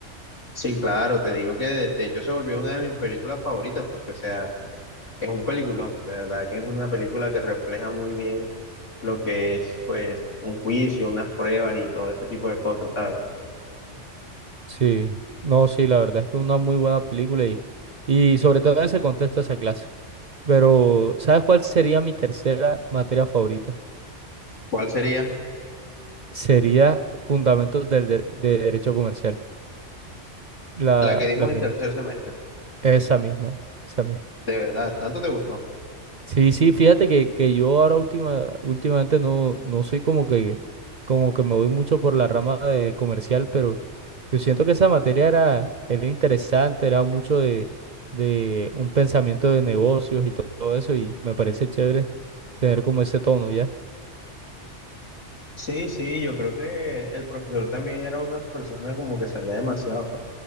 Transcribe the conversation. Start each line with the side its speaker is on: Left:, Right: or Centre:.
Left: Sí, claro, te digo que de, de hecho se volvió una de mis películas favoritas porque, o sea, es un peliculón, de verdad que es una película que refleja muy bien lo que es, pues, un juicio, unas pruebas y todo ese tipo de cosas, ¿sabes?
Right: Sí, no, sí, la verdad es que es una muy buena película y, y sobre todo en ese contexto de esa clase. Pero, ¿sabes cuál sería mi tercera materia favorita?
Left: ¿Cuál sería?
Right: Sería Fundamentos del, de, de Derecho Comercial, la,
Left: La que dimos
Right: la
Left: en
Right: primera,
Left: tercer semestre.
Right: esa misma, esa misma.
Left: De verdad, ¿tanto te gustó?
Right: Sí, sí, fíjate que, que yo ahora última, últimamente no, no soy como que, como que me voy mucho por la rama de comercial, pero yo siento que esa materia era, era interesante, era mucho de, de un pensamiento de negocios y to- todo eso, y me parece chévere tener como ese tono, ¿ya?
Left: Sí, sí, yo creo que el profesor también era una persona como que sabía demasiado.